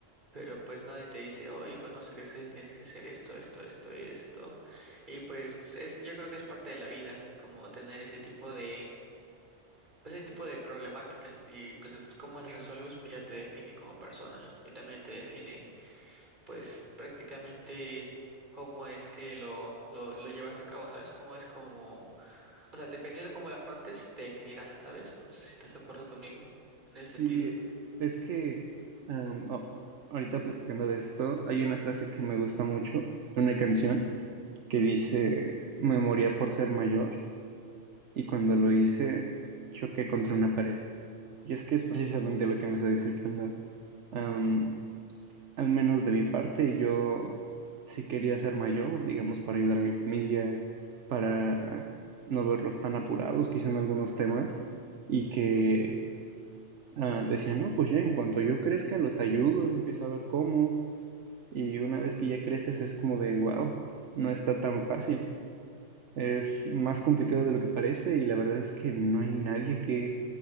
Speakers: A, on the right (about 40°); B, on the right (about 75°).
A: Pero pues nadie te dice, oye, cuando vas a crecer tienes que hacer esto, esto, esto y esto. Y pues es, yo creo que es parte de la vida, como tener ese tipo de, pues, ese tipo de problemáticas. Y pues cómo las resuelves, pues ya te define como persona y también te define pues prácticamente cómo es que lo, lo, lo llevarás a cabo, ¿sabes? Cómo es como, o sea, dependiendo de cómo la afrontes, te definirá, ¿sabes? No sé si estás de acuerdo conmigo en ese sentido.
B: Y eh, es que am, o- ahorita platicando de esto, hay una frase que me gusta mucho, de una canción que dice, me moría por ser mayor y cuando lo hice choqué contra una pared. Y es que es precisamente lo que me está explicando. Am, al menos de mi parte, yo sí quería ser mayor, digamos, para ayudar a mi familia, para no verlos tan apurados, quizá en algunos temas, y que ah, decían, no, pues ya en cuanto yo crezca, los ayudo, empiezo a ver cómo, y una vez que ya creces es como de, wow, no está tan fácil. Es más complicado de lo que parece, y la verdad es que no hay nadie que